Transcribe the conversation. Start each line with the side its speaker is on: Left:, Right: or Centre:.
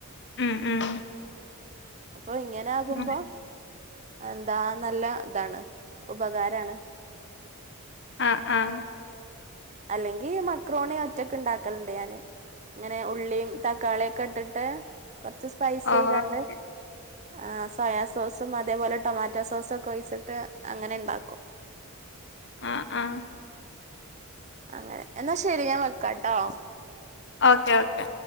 Left: ഉം ഉം
Right: അപ്പൊ ഇങ്ങനെ ആകുമ്പോ
Left: അങ്ങനെ.
Right: എന്താ നല്ല ഇതാണ് ഉപകാരാണ്
Left: ആഹ് ആഹ്
Right: അല്ലെങ്കി മക്രോണി ഒറ്റക്കുണ്ടാക്കലുണ്ട് ഞാന് ഇങ്ങനെ ഉള്ളിയും തക്കാളിയക്കെ ഇട്ടിട്ട് കുറച്ച് സ്പയ്‌സി
Left: ഓക്കെ
Right: ആയിക്കാണ്ട് ആ സോയാ സോസ് ഇതും അതേപോലെ ടൊമാറ്റോ സോസൊക്കെ ഒഴിച്ചിട്ട് അങ്ങനെ ഉണ്ടാക്കും
Left: ആഹ് ആഹ്
Right: അങ്ങനെ എന്നാ ശരി ഞാൻ വെക്കാട്ടോ
Left: ഓക്കെ ഓക്കേ